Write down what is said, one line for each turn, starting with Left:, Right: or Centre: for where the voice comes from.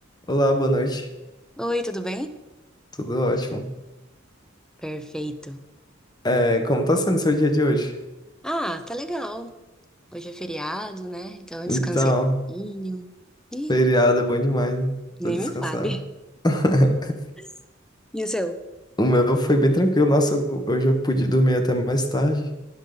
Left: Olá, boa noite.
Centre: Oi, tudo bem?
Left: Tudo ótimo.
Centre: Perfeito.
Left: É, como tá sendo seu dia de hoje?
Centre: Ah, tá legal. Hoje é feriado, né? Então eu
Left: Então,
Centre: descansei um pouquinho. Ih,
Left: feriado é bom demais né?
Centre: nem
Left: pra descansar.
Centre: me fale.
Left: <laughs>
Centre: <laughs> E o seu?
Left: O meu foi bem tranquilo. Nossa, eu- hoje eu pude dormir até mais tarde,